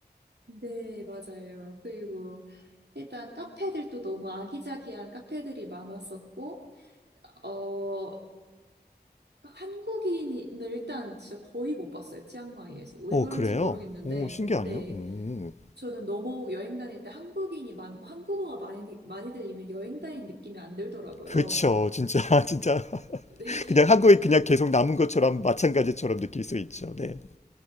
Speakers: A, on the right (about 75°); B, on the left (about 40°).
A: 네, 맞아요. 그리고, 일단 카페들도 너무 아기자기한 카페들이 많았었고, 어, 한국인을 일단 진짜 거의 못 봤어요. 치앙마이에서. 왜
B: 오,
A: 그런지
B: 그래요?
A: 모르겠는데,
B: 오, 신기하네요.
A: 네.
B: 오.
A: 저는 너무 여행 다닐 때 한국인이 많고 한국어가 많이, 많이 들리면 여행 다닌 느낌이 안 들더라고요.
B: 그쵸. 진짜, <laughs> 진짜.
A: 네.
B: 그냥 한국에 그냥
A: <laughs>
B: 계속 남은 것처럼 마찬가지처럼 느낄 수 있죠. 네.